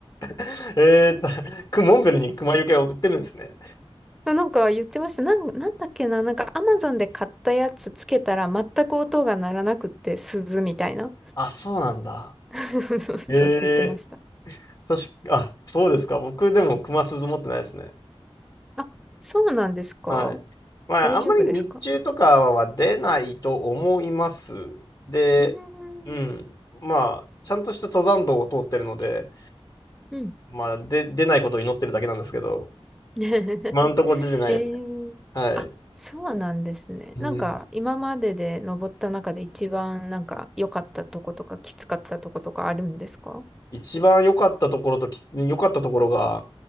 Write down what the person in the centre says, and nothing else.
なんか言ってました。なん、なんだっけな。なんかアマゾンで買ったやつつけたら全く音が鳴らなくって鈴みたいな。
<laughs> そうそうそうって言ってました。
あ、そうなんですか
大丈夫ですか
うーん。
うん。
<laughs>
えー、
あ、そうなんですね。
なんか今までで登った中で一番なんか良かったとことかきつかったとことかあるんですか